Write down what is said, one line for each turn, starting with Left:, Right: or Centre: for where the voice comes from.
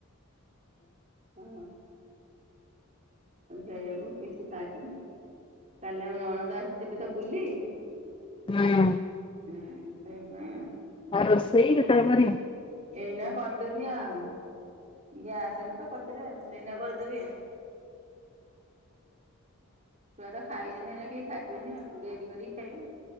Right: ହଁ ହେଇ ଆକୁ କିଛି ଖାଇନି। କାଲି ଆମର ନଣନ୍ଦ ଆସିଥିଲେ ତ ବୁଲି।
Left: ହୁଁ
Right: ହୁଁ ସେଇଥି ପାଇଁ ଆଉ
Left: ରୋଷେଇ କେତେବେଳେ କରିବ?
Right: ଏଇନା କରିଦେବି ଆଉ ଗ୍ୟାସରେ ତ ପତିରେ ସେଇନା କରିଦେବି ଆ ଛୁଆ ତ ଖାଇଛନ୍ତି ଏନା କେହି ଖାଇବେନି ଆଉ ଡେରି କରିକି ଖାଇବେ।